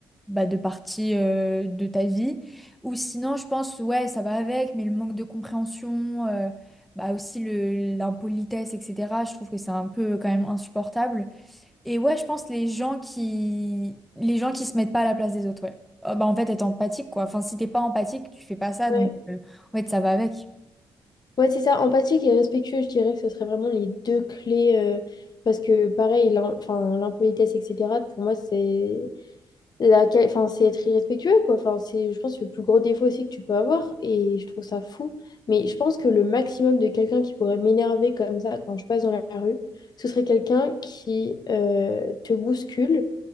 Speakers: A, in the centre; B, on the left (about 50°).
A: bah de parties euh, de ta vie. Ou sinon, je pense ouais ça va avec, mais le manque de compréhension, euh, bah aussi le l'impolitesse, etc. Je trouve que c'est un peu quand même insupportable. Et ouais, je pense les gens qui les gens qui se mettent pas à la place des autres, ouais. Euh, bah en fait être empathique quoi. Enfin si t'es pas empathique, tu fais pas ça,
B: Ouais,
A: donc euh, en fait ça va avec.
B: ouais, c'est ça. Empathique et respectueux, je dirais que ce serait vraiment les deux clés. euh, parce que, pareil, l'im- enfin, l'impolitesse, etc., pour moi, c'est la quali- enfin, c'est être irrespectueux, quoi. Enfin, c'est, je pense, le plus gros défaut aussi que tu peux avoir. Et je trouve ça fou. Mais je pense que le maximum de quelqu'un qui pourrait m'énerver comme ça quand je passe dans la rue, ce serait quelqu'un qui euh, te bouscule